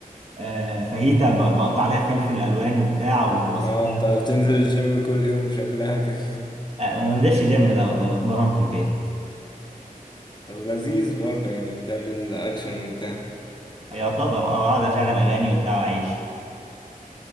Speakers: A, on the right (about 45°); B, on the left (about 30°).
A: آه، فاهيتا ب- بقطع عليها فلفل الوان وبتاع وبتبقى صحيه
B: اه انت بتنزل الجيم كل يوم شكلها كده
A: آه، وما بنزلش جيم لا والله بتمرن في البيت
B: <laughs> طب لذيذ برضه يعني بتعمل اكشن وبتاع
A: يعتبر اه اقعد اشغل اغاني وبتاع واعيش